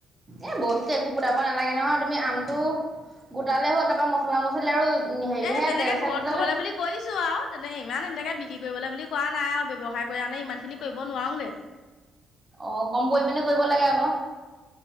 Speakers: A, on the right; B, on the left.
A: এ বস্তু একো গোটাব নালাগে নহয় তুমি আমটো গোটালে হ'ল তাৰ পৰা মছলা মছলি আৰু হেৰিহে
B: এ তেনেকে
A: তেল
B: ঘৰত
A: চেল গোটালে
B: খাবলৈ বুলি কৈছো আৰু তেনেকে ইমান এনেকে বিক্ৰী কৰিবলৈ বুলি কৰা নাই আৰু ব্যৱসায় কৰি আমি ইমানখিনি কৰিব নোৱাৰোঁগে
A: অ কম পৰিমাণে কৰিব লাগে আক।